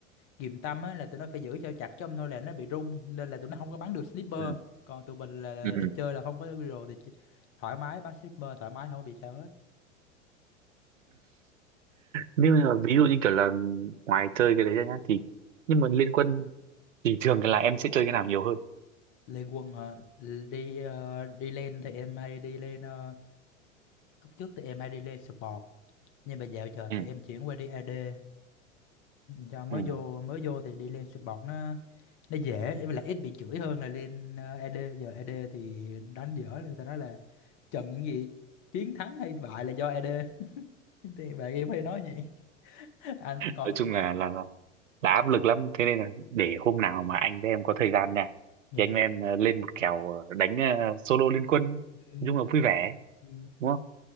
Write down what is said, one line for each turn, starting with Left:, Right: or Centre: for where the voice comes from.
Left: ghìm tâm á là tụi nó phải giữ cho chặt chứ không thôi là nó bị rung nên là tụi nó không có bắn được sniper
Right: ừ
Left: còn tụi mình là
Right: ừ
Left: em chơi là không có hero thì ch- thoải mái bắn sniper thoải mái không có bị sao hết
Right: nhưng mà ví dụ như kiểu là ngoài chơi cái đấy ra nhá thì nhưng mà liên quân thì thường là em sẽ chơi cái nào nhiều hơn
Left: Lên quân hả? đi ờ, đi lên thì em hay đi lên ờ, lúc trước thì em hay đi lên support nhưng mà dạo giờ
Right: ừ,
Left: thì em chuyển qua đi AD cho mới
Right: ừ.
Left: vô mới vô thì đi lên support nó nó dễ với lại ít bị chửi hơn là lên ờ, AD giờ AD thì đánh dở người ta nói là trận gì chiến thắng hay bại là do AD <laughs> thì bạn em hay nói gì <laughs> anh còn
Right: nói chung là là là áp lực lắm thế nên là để hôm nào mà anh với em có thời gian nha
Left: yeah.
Right: thì anh với em ờ, lên một kèo ờ, đánh ờ, solo liên quân
Left: Ừ,
Right: nói chung là vui vẻ
Left: ừ.
Right: đúng không